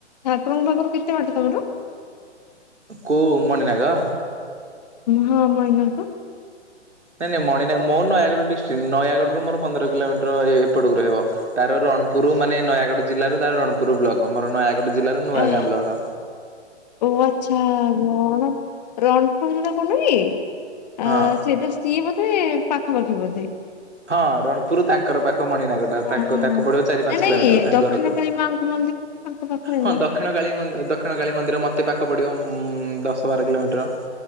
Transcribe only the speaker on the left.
ଠାକୁରଙ୍କ ପାଖରୁ କେତେ ବାଟ ତୋମର?
ହଁ ମଣିନାଗ।
ଏହ୍,
ଓ ଆଚ୍ଛା, ରଣ ରଣପୁର ର କଣ୍ଡୁ କି? ଆ
ସେଇଟା ଷ୍ଟି ବୋଧେ ପାଖାପାଖି ବୋଧେ?
ହଁ
ନାଇଁ ନାଇଁ
ଦକ୍ଷିଣ କାଳୀ ମାଙ୍କ ମନ୍ଦିର ତାଙ୍କ ପାଖରେ
ନୁହଁ